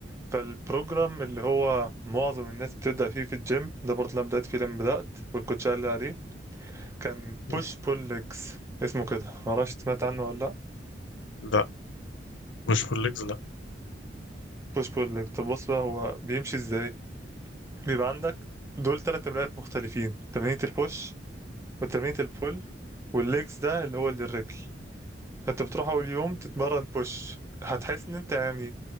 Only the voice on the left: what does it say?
مم.
لا مش بول ليجز لا